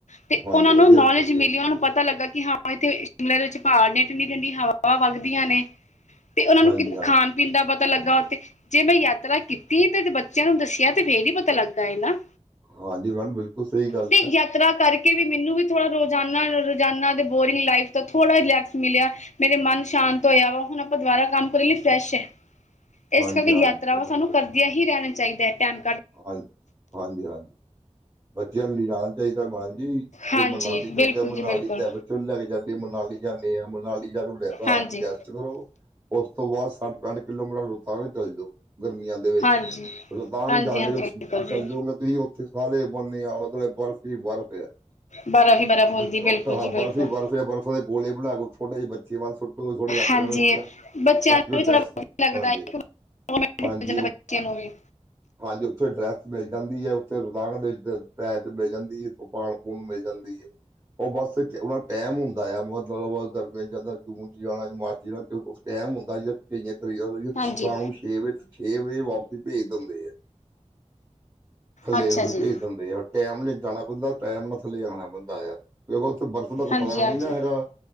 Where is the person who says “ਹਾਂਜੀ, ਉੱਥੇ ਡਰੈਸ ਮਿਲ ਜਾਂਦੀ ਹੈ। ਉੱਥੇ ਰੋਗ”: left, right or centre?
Right